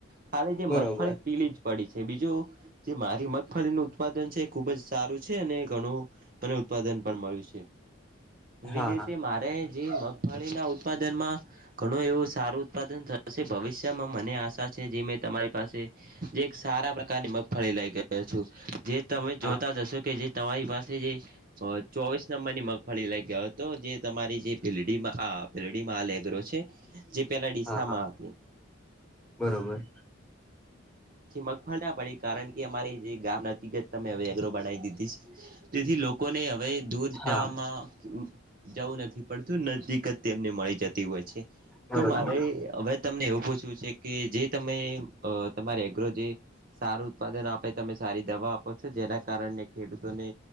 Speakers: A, on the right (about 45°); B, in the centre.
A: ખાલી જે
B: બરોબર
A: મગફળી પીલી જ પડી છે, બીજું જે મારી મગફળીનું ઉત્પાદન છે, એ ખુબ જ સારું છે, અને ઘણું ઘણું ઉત્પાદન પણ મળ્યું છે, એવી
B: હા
A: જ રીતે
B: હા
A: મારે જે મમ ફણીના ઉત્પાદનમાં ઘણું એવું સારું ઉત્પાદન થશે, ભવિષ્યમાં મને આશા છે, જે મેં તમારી પાસે જે એક સારા પ્રકારની મગફળી લઈ ગયો છું. જે તમે જ
B: હા
A: હશો કે તમારી પાસે જે ચોવીસ નંબરની મગફળી લઈ ગયો હતો, જે તમારી જે ભિલ્ડીમાં આ ભિલડીમાં હાલ એગરો છે, જે પેલા ડીસામાં
B: હા હા
A: હતી.
B: બરોબર,
A: મગફળ ના પડી કારણ કે અમારી જે ગામ નજીક જ તમે હવે એગ્રો બનાવી દીધી છે. તેથી લોકોને હવે દૂર
B: હા
A: જાવામાં જવું નથી પડતું નજક તેમને મળી જતી હોય
B: બરોબર
A: તો મારે હવે તમને એવું પૂછવું છે કે જે તમે અહ તમારે એગ્રો જે સારું ઉત્પાદન આપે તમે સારી દવા આપો, છો જેના કારને ખેડૂતોને